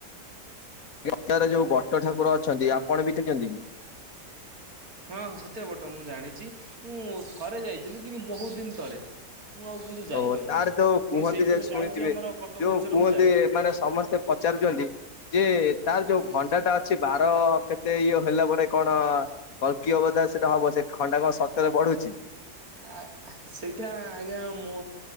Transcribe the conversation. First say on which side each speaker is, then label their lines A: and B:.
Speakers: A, on the left; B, on the right.
A: <unintelligible> ଆରେ ଯୋଉ ବଟ ଠାକୁର ଅଛନ୍ତି ଆପଣ ଦେଖିଛନ୍ତି କି?
B: ହଁ ହଁ ଛତିଆ ବଟ ମୁଁ ଜାଣିଚି ମୁଁ ଥରେ ଯାଇଥିଲି କିନ୍ତୁ ବୋହୁତ ଦିନ ତଳେ ମୁଁ ଆଉ କିନ୍ତୁ ଯାଇପାରୁନି
A: ଓହୋ ତାର ଯୋଉ
B: ଟିକେ
A: କୁହନ୍ତି
B: ସେଇପଟେ
A: ଯେ ଶୁଣିଥିବେ
B: ଯାଉଛି ଆମର କଟକ
A: ଯୋଉ
B: ଭୁବନେଶ୍ୱର
A: କୁହନ୍ତି
B: ମୁଁ ଯାଏ
A: ଏମାନେ ସମସ୍ତେ ପଚାରୁଚନ୍ତି ଯେ ତାର ଯୋଉ
B: ହୁଁ।
A: ଖଣ୍ଡାଟା ଅଛି ବାର କେତେ ଇଓ ହେଲା ପରେ କଣ କଳ୍କୀ ଅବତାର ସେଟା ହବ ସେ ଖଣ୍ଡା କଁ ସତେରେ ବଢୁଚି।
B: ନାଁ ସେଇଟା ଆଜ୍ଞା ମୁଁ